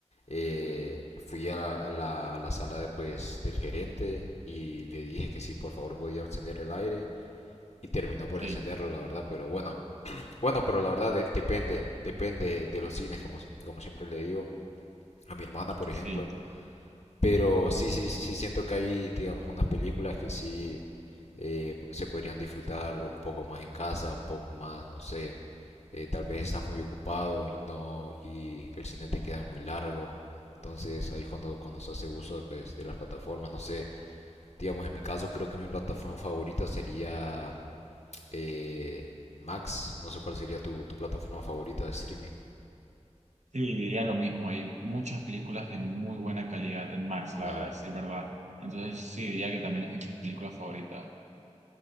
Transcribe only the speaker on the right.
Sí,
sí,
sí, diría lo mismo. Hay muchas películas de muy buena calidad en Max,
la, a decir verdad. Entonces sí, diría que también es mi película favorita,